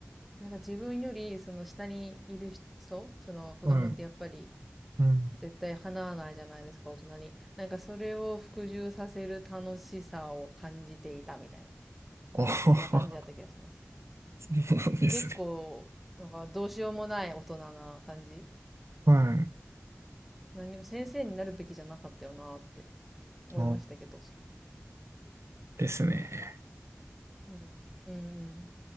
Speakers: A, in the centre; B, on the right.
A: なんか自分より、その下にいる人、その子供ってやっぱり、
B: はい。うん。
A: 絶対叶わないじゃないですか、大人に。なんかそれを服従させる楽しさを感じていたみたいな。
B: あはは、
A: なんかそんな感じだった気がします。
B: そうなんですね。
A: 結構、なんかどうしようもない大人な感じ。
B: はい。
A: 何も先生になるべきじゃなかったよなって思いましたけど。
B: あ、ですね。
A: うん。うんうん。